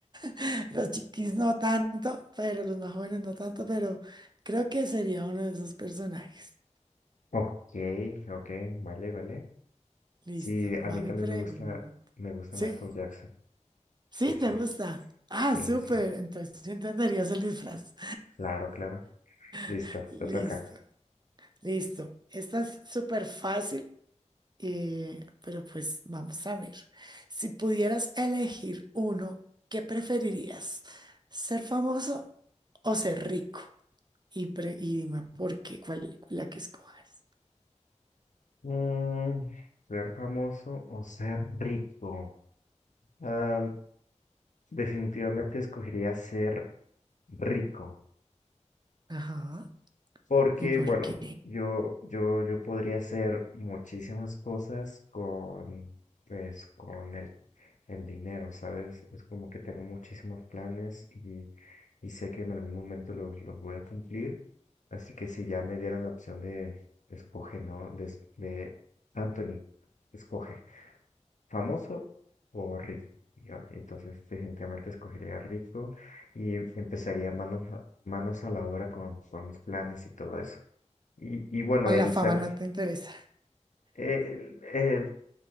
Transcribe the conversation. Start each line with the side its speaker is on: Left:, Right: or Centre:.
Right: <laughs> Los chiquis no tanto, pero los más jóvenes no tanto, pero creo que sería uno de esos personajes.
Left: Ok, ok, vale, vale.
Right: Listo,
Left: Sí, a
Right: va
Left: mí
Right: mi
Left: también
Right: pregunta.
Left: me gusta, me gusta
Right: ¿Sí?
Left: Michael Jackson.
Right: Sí,
Left: Sí, sí.
Right: te gusta. Ah,
Left: Sí,
Right: súper.
Left: sí,
Right: Entonces sí entenderías el disfraz.
Left: claro, claro. Listo,
Right: <laughs> Listo,
Left: te toca.
Right: listo. Esta es súper fácil, eh, pero pues vamos a ver. Si pudieras elegir uno, ¿qué preferirías? ¿Ser famoso o ser rico? Y, pre- y dime por qué, cuál, la que escoges.
Left: Mm, ser famoso o ser rico. Ah, definitivamente escogería ser rico.
Right: Ajá.
Left: Porque,
Right: ¿Y por
Left: bueno,
Right: qué?
Left: yo, yo, yo podría hacer muchísimas cosas con, pues, con el, el dinero, ¿sabes? Es como que tengo muchísimos planes y, y sé que en algún momento los, los voy a cumplir. Así que si ya me dieran la opción de escoge, ¿no? De, es- de Anthony, escoge, ¿famoso o rico? Y Yo, entonces, definitivamente escogería rico y empezaría manos, a- manos a la obra con, con mis planes y todo eso. Y, y bueno,
Right: A
Left: el
Right: la fama
Left: ser,
Right: no te interesa.
Left: eh, eh,